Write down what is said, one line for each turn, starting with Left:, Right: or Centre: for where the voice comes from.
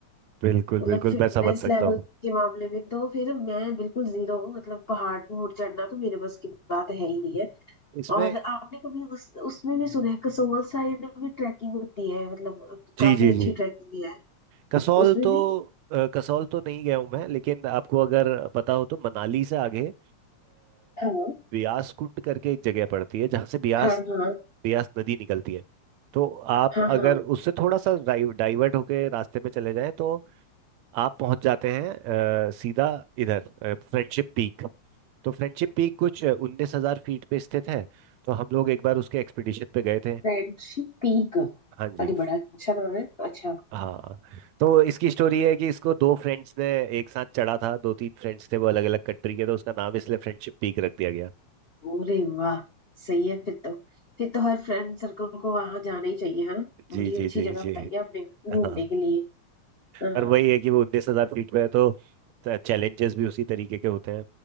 Right: बिल्कुल
Left: मतलब
Right: बिल्कुल
Left: फिटनेस
Right: मैं समझ सकता
Left: लेवल
Right: हूँ
Left: के मामले में तो फिर मैं बिल्कुल जीरो हूँ मतलब पहाड़ पर चढ़ना तो मेरे बस की बात है ही नहीं है
Right: इसमें
Left: और आपने कभी उस उसमें भी सुना है कसोल साइड में ट्रैकिंग होती है मतलब
Right: जी
Left: काफी
Right: जी
Left: अच्छी
Right: जी
Left: ट्रैकिंग है
Right: कसौल
Left: उसमें
Right: तो
Left: भी
Right: अ, कसौल तो नहीं गया हूँ मैं लेकिन आपको अगर पता हो तो मनाली से आगे अ,
Left: हेलो
Right: ब्यास कुंड करके एक जगह पड़ती है जहाँ से ब्यास
Left: हाँ हाँ
Right: ब्यास नदी निकलती है तो आप
Left: हाँ
Right: अगर
Left: हाँ
Right: उससे थोड़ा सा डाइव, डाइवर्ट होके रास्ते में चले जाएं तो आप पहुंच जाते हैं अ, सीधा इधर फ्रेंडशिप पीक तो फ्रेंडशिप पीक कुछ उन्नीस हजार फीट पे स्थित है तो हम लोग एक बार उसके एक्सपीडिशन पे गए थे
Left: Friendship peak
Right: हाँ जी
Left: अरे बड़ा अच्छा नाम है अच्छा
Right: हाँ तो इसकी स्टोरी है कि इसको दो फ्रेंड्स ने एक साथ चढ़ा था दो तीन फ्रेंड्स थे वो अलग अलग कंट्री के तो उसका नाम इसलिए फ्रेंडशिप पीक रख दिया गया
Left: अरे वाह सही है फिर तो फिर तो हर फ्रेंड सर्कल को वहां जाना ही चाहिए है ना
Right: जी
Left: बड़ी
Right: जी
Left: अच्छी
Right: जी
Left: जगह
Right: जी
Left: बताई है आपने घूमने
Right: हाँ
Left: के लिए हाँ
Right: और वही है कि वो उन्नीस हजार फीट पे है तो चैलेंजेस भी उसी तरीके के होते हैं